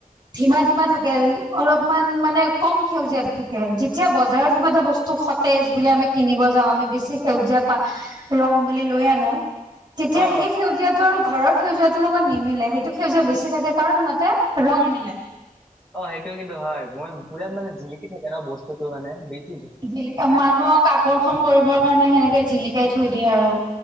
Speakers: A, on the right; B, in the centre.
A: ধিমা- ধিমা থাকে অলপমান মানে কম সেউজীয়াাত থাকে যেতিয়া বজাৰত কিবা এটা বস্তু সতেজ বুলি আমি কিনিব যাওঁ আমি বেছি সেউজীয়া পাত। ৰং বুলি লৈ আনো তেতিয়া
B: অ
A: সেই সেউজীয়া টো আৰু ঘৰৰ সেউজীয়াটোৰ লগত নিমিলে সেইটো সেউজীয়া বেছি থাকে কাৰণ সিহঁতে ৰং মিলাই
B: অ সেইটো কিন্তু হয় মই পুৰাত মানে জিলিকি থাকে ন বস্তুতটো মানে বিট
A: জিলি, মানুহক আকৰ্ষণ কৰিবৰ কাৰণে সেনেকে জিলিকাই থৈ দিয়ে আৰু